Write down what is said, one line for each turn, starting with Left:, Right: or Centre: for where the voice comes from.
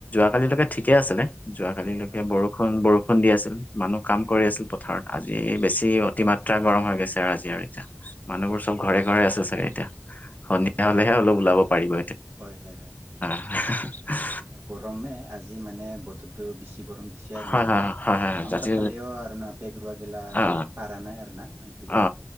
Left: কালিলৈকে ঠিকে আছিলে যোৱ কালিলৈকে
Right: হয় হয়
Left: বৰষুণ বৰষু ষুণ দি আছিল মানুহ কাম কৰি আছিল পথাৰত আজি বেছি অতিমাত্ৰা গৰম হৈ গৈছে আৰু আজি আৰু এতিয়া। মানুহবোৰ
Right: হয়
Left: চব
Right: হয়
Left: ঘৰে ঘৰে আছে চাগে এতিয়া সন্ধিয়া
Right: হয়
Left: হলেহে অলপ ওলাব পাৰিব।
Right: হয় হয় হয়।
Left: হ হ হা
Right: গৰমে আজি মানে বতৰটো বেছি গৰম দিছে আৰু
Left: হয়
Right: না
Left: হয় হয় হয় হয়
Right: আমাৰ
Left: জাতি
Right: ফালেও আৰু না পেগৰুৱা গিলা
Left: অ
Right: পাৰা নাই আৰু না কিবা
Left: অ